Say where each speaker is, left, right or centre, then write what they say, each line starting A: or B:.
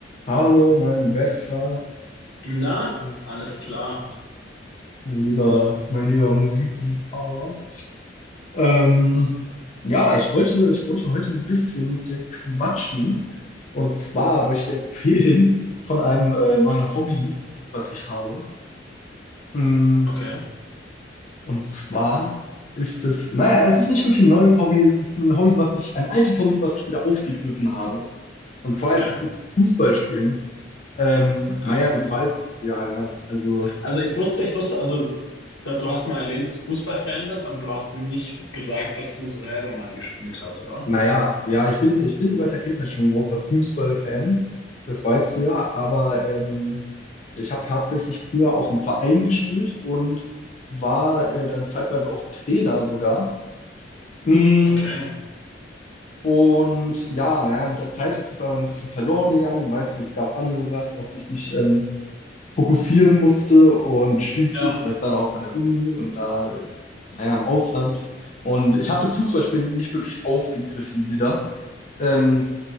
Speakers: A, on the left; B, on the left.
A: Hallo, mein bester,
B: Na,
A: mein
B: alles klar.
A: lieber, mein lieber Musikliebhaber. Ähm, ja, ich wollte, ich wollte heute ein bisschen mit dir quatschen. Und zwar wollte ich dir erzählen von einem äh, neuen Hobby, was ich habe. Mm,
B: Okay,
A: Und zwar ist es, naja, es ist nicht wirklich ein neues Hobby, es ist ein Hobby, was ich, ein altes Hobby, was ich wieder aufgegriffen habe. Und zwar
B: okay.
A: ist es das Fußballspielen. Ähm,
B: Ach
A: naja,
B: was.
A: wie du weißt, ja, ja, also.
B: Also ich wusste, ich wusste, also ich glaube, du hast mal erwähnt, dass du Fußballfan bist, aber du hast nicht gesagt, dass du selber mal gespielt hast, oder?
A: Naja, ja, ich bin, ich bin seit der Kindheit schon ein großer Fußballfan. Das weißt du ja, aber ähm, ich habe tatsächlich früher auch im Verein gespielt und war äh, dann zeitweise auch Trainer sogar. Mm,
B: Okay.
A: Und ja, naja, mit der Zeit ist es aber ein bisschen verloren gegangen. Weißt du, es gab andere Sachen, auf die ich mich ähm, fokussieren musste und schließlich
B: Ja.
A: vielleicht dann auch an der Uni und da, äh, naja, im Ausland. Und ich habe das Fußballspielen nicht wirklich aufgegriffen wieder. Ähm,